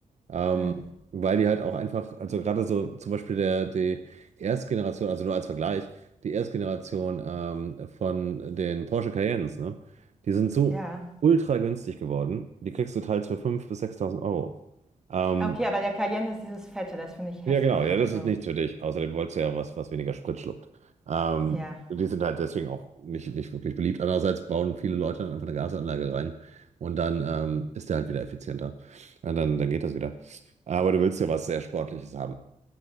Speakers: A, on the right; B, in the centre.
A: Ähm,
B: Hm,
A: weil die halt auch einfach, also gerade so zum Beispiel der, die Erstgeneration, also nur als Vergleich, die Erstgeneration ähm, von den Porsche Cayennes, ne? Die sind so
B: ja.
A: ultra günstig geworden, die kriegst du teils für 5.000 bis 6.000 Euro. Ähm,
B: Ah, Okay, aber der Cayenne ist dieses Fette, das finde ich hässlich.
A: ja, genau. Ja,
B: Also,
A: das ist nichts für dich. Außerdem wolltest du ja was, was weniger Sprit schluckt. Ähm,
B: ja.
A: die sind halt deswegen auch nicht, nicht wirklich beliebt. Andererseits bauen viele Leute einfach eine Gasanlage rein und dann ähm, ist der halt wieder effizienter. Ja, dann, dann geht das wieder. Aber du willst ja was sehr Sportliches haben.